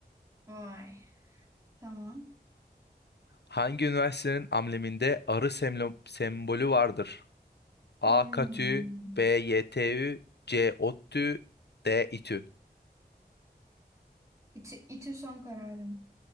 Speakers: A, on the right (about 20°); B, on the left (about 85°).
A: Vay. Tamam.
B: Hangi üniversitenin ambleminde arı semlo- sembolü vardır? A.
A: Hmm.
B: KTÜ B. YTÜ C. ODTÜ D. İTÜ
A: İti, iti son kararım.